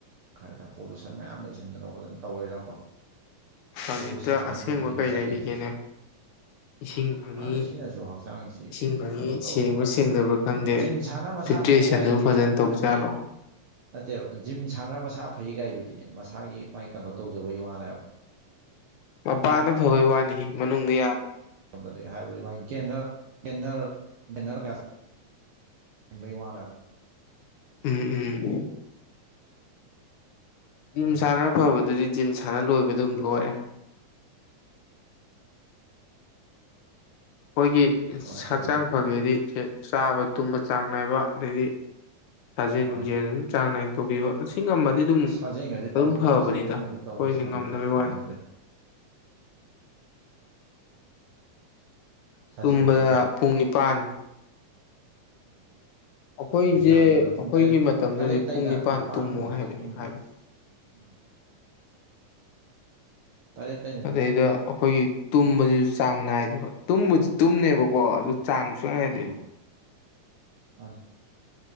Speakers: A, on the right; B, on the left.
A: ꯀꯩ ꯍꯥꯏꯇꯥꯔꯦ ꯄꯣꯂꯨꯁꯟ ꯃꯌꯥꯝ ꯂꯩꯁꯟꯗꯅ ꯈꯣꯠꯇꯅ ꯇꯧꯋꯦꯅꯀꯣ
B: ꯍꯧꯖꯤꯛꯇ
A: ꯕꯣꯂꯨ ꯁꯟꯉꯗ
B: ꯑꯁꯦꯡꯕ
A: ꯅꯨꯡꯇꯤꯒꯤ
B: ꯀꯩ
A: ꯆꯠꯂꯤꯁꯦ
B: ꯂꯩꯔꯤꯒꯦꯅꯦ ꯏꯁꯤꯡ ꯐꯪꯉꯤ
A: ꯃꯥꯅꯦ ꯁꯤꯅꯁꯨ ꯍꯛꯆꯥꯡꯁꯤ
B: ꯏꯁꯤꯡ ꯐꯪꯉꯤ
A: ꯀꯩꯅꯣ ꯇꯧꯕ
B: ꯁꯦꯡꯕ꯭ꯔꯥ
A: ꯋꯥꯅꯤ
B: ꯁꯦꯡꯗꯕ꯭ꯔꯥ ꯈꯪꯗꯦ
A: ꯖꯤꯝ ꯁꯥꯟꯅꯕ ꯃꯁꯥ
B: ꯐꯤꯜꯇ꯭ꯔꯦꯁꯟꯗꯨ
A: ꯐꯩ ꯀꯥꯏꯗꯨꯗꯤ
B: ꯐꯖꯅ ꯇꯧꯖꯥꯠꯂꯣ
A: ꯃꯥꯒꯤ ꯅꯠꯇꯦꯕ ꯖꯤꯝ ꯁꯥꯟꯅꯔ ꯃꯁꯥ ꯐꯩꯒꯥꯏꯗꯨꯗꯤꯅꯦ ꯃꯁꯥꯒꯤ ꯃꯥꯏ ꯀꯩꯅꯣ ꯇꯧꯖꯕꯒꯤ ꯋꯥꯅꯦꯕ
B: ꯃꯄꯥꯅ ꯐꯕꯩ ꯋꯥꯅꯤ ꯃꯅꯨꯡꯗ ꯌꯥꯗ
A: ꯝꯗꯗꯤ ꯍꯥꯏꯕꯗꯤ ꯃꯥꯒꯤ ꯒꯦꯟꯅꯔ ꯒꯦꯟꯅꯔ ꯒꯦꯟꯅꯔ ꯀꯌꯥ ꯟꯗꯩ ꯋꯥꯅꯞ
B: ꯎꯝ ꯎꯝ ꯖꯤꯝ
A: ꯑꯗꯨꯅ
B: ꯁꯥꯟꯅ ꯐꯕꯗꯨꯗꯤ ꯖꯤꯝ ꯁꯥꯟꯅ ꯂꯣꯏꯕꯗꯨꯝ ꯂꯣꯏꯔꯦ ꯑꯩꯈꯣꯏꯒꯤ
A: ꯀꯃꯥꯏꯅ ꯇꯧꯗꯣꯏꯅꯣ
B: ꯍꯛꯆꯥꯡ ꯐꯒꯦꯗꯤ ꯆꯥꯕ ꯇꯨꯝꯕ ꯆꯥꯡ ꯅꯥꯏꯕ ꯑꯗꯩꯗꯤ ꯁꯥꯖꯦꯜ
A: ꯃꯥꯅꯦ
B: ꯅꯨꯡꯖꯦꯜ ꯑꯗꯨꯝ ꯆꯥꯡ ꯅꯥꯏꯅ ꯇꯧꯕꯤꯕ ꯑꯁꯤ ꯉꯝꯃꯗꯤ ꯑꯗꯨꯝ
A: ꯁꯥꯖꯦꯟꯒꯗꯤ
B: ꯑꯗꯨꯝ
A: ꯇꯧꯗ꯭ꯔꯦꯗ
B: ꯐꯕꯅꯤꯗ
A: ꯁꯥꯖꯦꯟꯒꯗꯤ
B: ꯑꯩꯈꯣꯏꯅ
A: ꯇꯧꯕ ꯁꯪꯗ꯭ꯔꯦ
B: ꯉꯝꯅꯕꯩ ꯋꯥꯅꯤ
A: ꯉꯝꯗ꯭ꯔꯦ ꯁꯥꯖꯦꯜꯒꯗꯤ
B: ꯇꯨꯝꯕꯗ
A: ꯇꯧꯕ
B: ꯄꯨꯡ ꯅꯤꯄꯥꯟ
A: ꯎꯝ
B: ꯑꯩꯈꯣꯏꯁꯦ
A: ꯌꯥꯝꯗꯕꯗ ꯄꯨꯡ
B: ꯑꯩꯈꯣꯏꯒꯤ
A: ꯇꯔꯦꯠ
B: ꯃꯇꯝꯁꯦ
A: ꯇꯔꯦꯠꯇꯩꯩꯅ
B: ꯍꯧꯖꯤꯛ ꯄꯨꯡ ꯅꯤꯄꯥꯟ
A: ꯅꯤꯄꯥꯥꯟ
B: ꯇꯨꯝꯃꯣ
A: ꯕꯥꯎꯗꯤ
B: ꯍꯥꯏꯕꯅꯤ
A: ꯇꯨꯝ
B: ꯍꯥꯏꯕꯗꯤ
A: ꯎꯝ ꯇꯔꯦꯠꯇꯩꯅꯦ
B: ꯑꯗꯩꯗ ꯑꯩꯈꯣꯏꯒꯤ ꯇꯨꯝꯕꯁꯤ ꯆꯥꯡ ꯅꯥꯏꯗꯕ ꯇꯨꯝꯕꯨꯗꯤ ꯇꯨꯝꯅꯦꯕꯀꯣ ꯑꯗꯨ ꯆꯥꯡ ꯁꯨꯠꯅꯥꯏꯗꯦꯕ
A: ꯎꯝ ꯃꯥꯅꯤ